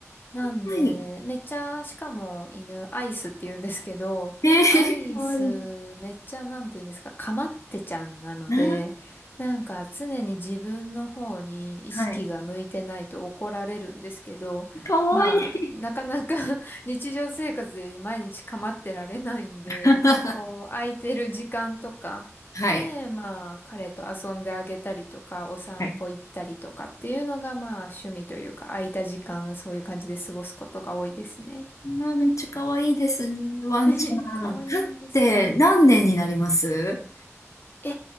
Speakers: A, on the left (about 40°); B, on the left (about 85°).
A: なんで、
B: はい。
A: めっちゃ、しかも犬、アイスって言うんですけど、
B: えー、
A: アイスめっちゃ、
B: かわいい。
A: なんて言うんですか、かまってちゃんなので、
B: な
A: なんか常に自分の方に意識が向いてないと怒られるんですけど、
B: はい。かわいい。
A: まあ、なかなか <laughs> 日常生活で毎日かまってられないんで、
B: <laughs>
A: こう、空いてる時間とか、
B: はい。
A: で、まあ、彼と遊んであげたりとか、お散歩行ったりとかっていうのが、
B: はい。
A: まあ、趣味というか、空いた時間、そういう感じで過ごすことが多いですね。
B: あー、めっちゃかわいいですね。ワンちゃん。
A: <laughs> かわいいです。
B: 飼って何年になります
A: え